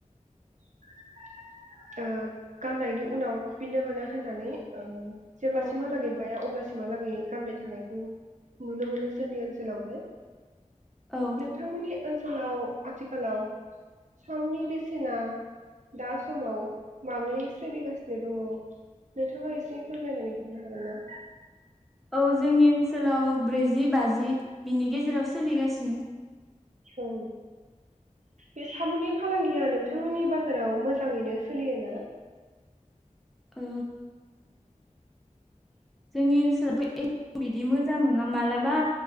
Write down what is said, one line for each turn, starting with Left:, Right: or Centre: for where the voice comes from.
Right: <unintelligible> गाननायनि उनाव खुफिननो मोना होननानै औ। जेब्लासिमहालागै
Centre: औ
Right: बाया अब्ला। सिमहालागै गानबाय थानायखौ नुनो मोनो जोंनि ओनसोलावबो।
Centre: औ
Right: नोंथांमोननि <unintelligible> आथिखालाव सामनि बे <unintelligible> सेना दा समाव माबोरै सोलिगासिनो दङ नोंथाङा एसे फोरमायनानै हरनो हागोन ना।
Centre: औ जोंनि ओनसोलाव ब्रैजि बाजि बिनि गेजेराव सोलिगासिनो
Right: औ बे साबुननि फालांगिया नोंथांमोननि बाजाराव मोजाङैनो सोलिय ना
Centre: ओ जोंनि ओनसोलावथ' ए बिदि मोजां नङा मा्लाबा